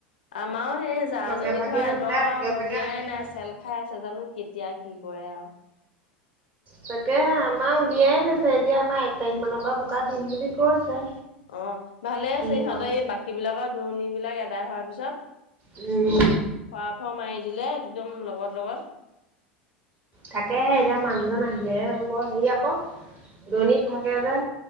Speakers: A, on the left; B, on the right.
A: আমাৰো সেই জাজী
B: লগে ভাগে
A: ঘৰ এডৰ
B: ৰুলে
A: আৰু
B: লগে
A: ৰৰুদিয়াই
B: ভাগে আজৰি
A: নাই
B: হয়
A: চেল খাই আছে জানো কেতিয়া কি কৰে আৰু।
B: তাকে আমাৰ উলিয়াইে থৈছে এতিয়া আমাৰ এক তাৰিখ মানৰ পৰা বোকা দিম বুলি কৈছে।
A: অ, ভালে
B: কি
A: আছে ইহঁতেৰ
B: কয়
A: এই বাকী বিলাকৰ দূৰণ বিলাক আদায় হোৱাৰ পিছত
B: উম,
A: খোৱা ফোৱা মাৰি দিলে একদম লগৰ লগত
B: থাকেহে এতিয়া মানুহজন আহিলেহে হ'ব। হেৰি আকৌ দূৰণীত থাকে যে।